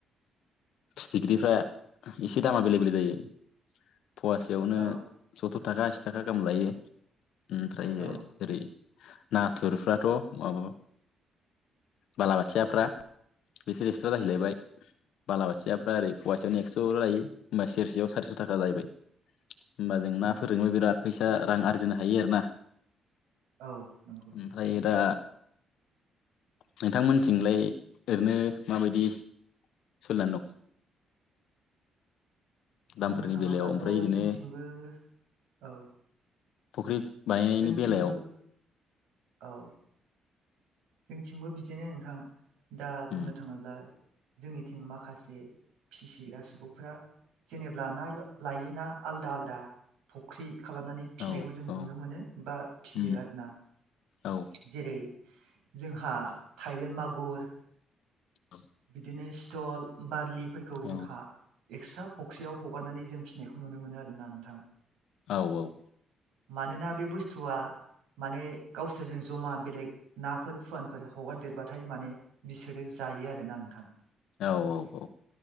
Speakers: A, on the left (about 80°); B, on the right (about 85°).
A: फिथिख्रिफ्रा एसे दामा बेले बेले जायो फवासेयावनो
B: औ
A: स्थुर थाखा आसि थाखा गाहाम लायो ओमफ्राय
B: औ
A: ओरै नाथुरफ्राथ' माब बालाबाथियाफ्रा बिसोर एक्स्रा जाहैलायबाय बालाबाथियाफ्रा ओरै फवासेयावनो एक्स'ल' लायो होमबा सेरसेयाव सारिस' थाखा जाहैबाय होमबा जों
B: नंगौ
A: ना फोरोंबो बिराद फैसा रां आरजिनो हायो आरोना
B: औ नंगौ नंगौ
A: ओमफ्राय दा नोंथांमोनथिंलाय ओरैनो माबायदि सल द
B: बुंनो
A: दामफोरनि
B: थाङोब्लाथ'
A: बेलायाव ओमफ्राय बिदिनो
B: जोंथिंबो औ
A: फुख्रि बानायनायनि
B: जोंथिंबो
A: बेलायाव
B: औ जोंथिंबो बिदिनो नोंथां दा
A: उम
B: बुंनो थाङोब्ला जोंनिथिं माखासे फिसिग्रा सुबुंफ जेनेबब्ला ना लायोना आलादा आलादा फुख्रि खालामनानै फिसिनायखौ
A: औ
B: जों नुनो
A: औ
B: मोनो बा फियो
A: उम
B: आरोना
A: औ
B: जेरै जोंहा थायलेण्ड मागुर
A: औ <unintelligible>
B: बिदिनो स्थल बारलिफोरखौ जोंहा।
A: औ
B: एक्स्रा पक्सियाव हगारनानै जों फिनायखौ नुनो मोनो आरो ना नोंथां।
A: औ औ।
B: मानोना बे बुस्थुआ। माने गावसोरजों जमा बेलेग नाफोर फुवानफोर हगारदेरबाथाय माने। बिसोरो जायो आरोना नोंथां।
A: औ औ औ।